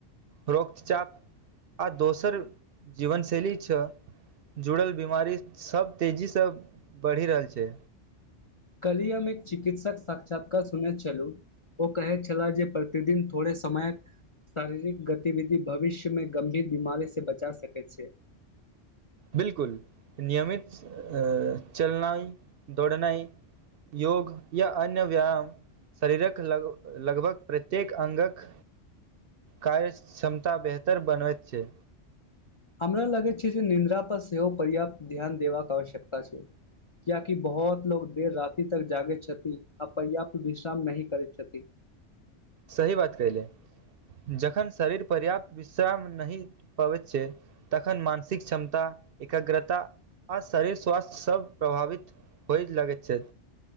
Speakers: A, on the right (about 60°); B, on the left (about 40°).
A: रोक्तचाप आ दोसर जीवन शैली छ जुड़ल बमारी सब तेजीसँ बढ़ि रहल छै
B: कलहि हम एक चिकित्सक साक्षात्कार सुनैत छैलू ओ कहैत छलाह जे प्रतिदिन थोड़े समय शारीरिक गतिविधि भविष्य मे गंभीर बीमारी से बचा सकैत छै
A: बिलकुल नियमित अ चलनाइ दौड़नाइ योग या अन्य व्यायाम शरीरक लग लगभग प्रत्येक अङ्गक कार्य क्षमता बेहतर बनवइत छै
B: हमरा लागेत छै जे निद्रा पर सेहो पर्याप्त ध्यान देबाक आवश्यकता छै कियाकि बहुत लोग देर राति तक जागे छथि आ पर्याप्त विश्राम नहि करैत छथि <inaudible>
A: सही बात कईले जखन शरीर पर्याप्त विश्राम नहि पबैत छै तखन मानसिक क्षमता एकग्रता आ शरीर स्वास्थ्य सब प्रभावित होय लागैत छै